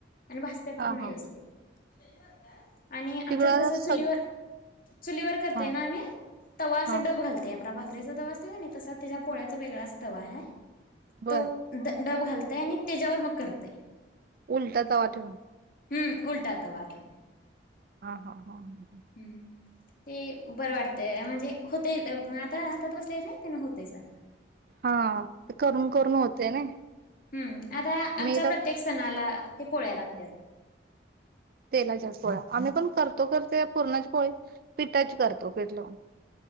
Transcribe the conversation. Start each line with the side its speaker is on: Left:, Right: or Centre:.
Left: आणि पण व्यवस्थित
Right: हा
Left: शनिवार
Right: हा
Left: काय आज आणि आमच्यात
Right: तिकडं
Left: कसं
Right: सग
Left: चुलीवर चुलीवर करतय
Right: हा
Left: ना आम्ही तवा असं
Right: हा
Left: डब घालतय भाकरीचा तवा असतो की नाय तसा त्याज्या पोळ्याचा वेगळाच तवा आहे
Right: बर
Left: तो डब घालताय आणि त्याच्यावर मग करतय
Right: उलटा तवा ठेवून
Left: हम्म उलटा तवा ठेवून
Right: हा हा हा ह.
Left: हम्म ते बरं वाटतंय म्हणजे होतय आता हातात बसलय नाही तेन होतय सारखं
Right: हा करून करून होतय ना
Left: हम्म आता आमच्या
Right: मी तर
Left: प्रत्येक सणाला ते पोळ्या लागत्यात
Right: तेलाच्या पोळ्या आम्ही पण करतो तो करतो पूर्णाची पोळी पिठाची करतो पीठ लावून